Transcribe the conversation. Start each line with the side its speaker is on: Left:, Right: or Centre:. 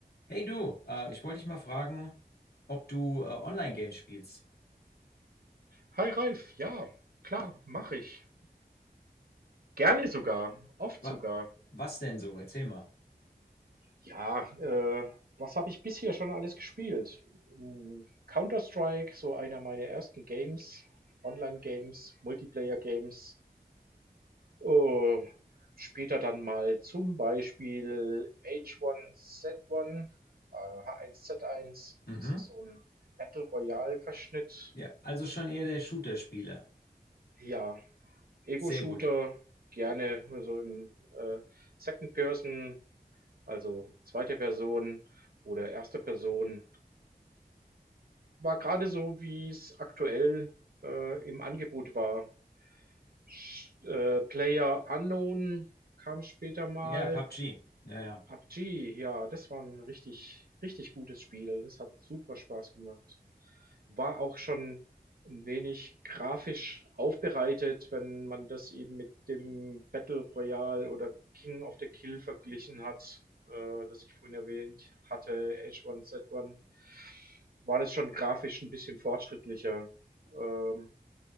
Left: Hey du, äh, ich wollte dich mal fragen, ob du äh, Online-Games spielst.
Right: Hi Ralf, ja, klar, mache ich. Gerne sogar, oft
Left: Wa
Right: sogar.
Left: was denn so? Erzähl mal.
Right: Ja, äh, was habe ich bisher schon alles gespielt? Hm, Counter-Strike, so einer meiner ersten Games, Online-Games, Multiplayer-Games. Äh, später dann mal zum Beispiel H1Z1, äh, H1Z1,
Left: Mhm.
Right: das ist so ein Battle Royale-Verschnitt.
Left: Ja, also schon eher der Shooter-Spieler.
Right: Ja, Ego-Shooter,
Left: Sehr gut.
Right: gerne, also im äh, Second Person Also zweite Person oder erste Person. War gerade so, wie es aktuell, äh, im Angebot war. Sch äh, PlayerUnknown kam später mal.
Left: Ja, PUBG. Ja, ja.
Right: PUBG, ja, das war ein richtig richtig gutes Spiel. Das hat super Spaß gemacht. War auch schon ein wenig grafisch aufbereitet, wenn man das eben mit dem Battle Royale oder King of the Kill verglichen hat, äh, das ich vorhin erwähnt hatte, H1Z1, war das schon grafisch ein bisschen fortschrittlicher. Ähm,